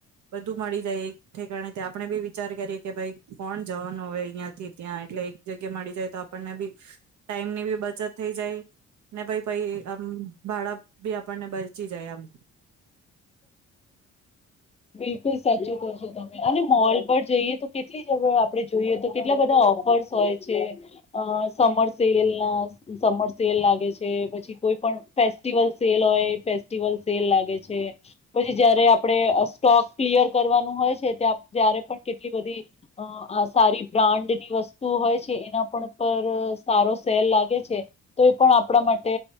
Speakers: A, on the right; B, on the left.
A: બધું મળી જાય એક ઠેકાણે તે આપણે બી વિચાર કરીએ કે ભાઈ કોણ જવાનું હવે અહિયાં થી ત્યાં એટલે એક જગ્યા મળી જાય તો આપણને બી ટાઈમની બી બચત થઈ જાય. ને ભઈ પહી આમ ભાડા બી આપણને બચી જાય આમ
B: બિલકુલ સાચું કો છો તમે. અને મોલ પર જઈએ તો કેટલી જગ આપડે જોઈએ તો કેટલા બધા ઓફર્સ હોય છે. અ સમર સેલના સમર સેલ લાગે છે, પછી કોઈ પણ ફેસ્ટિવલ સેલ હોય ફેસ્ટિવલ સેલ લાગે છે, પછી જયારે આપણે અ સ્ટોક ક્લિયર કરવાનું હોય છે ત જ્યારે પણ કેટલી બધી અ આ સારી બ્રાન્ડની વસ્તુ હોય છે. એના પણ પર સારો સેલ લાગે છે. તો એ પણ આપણા માટે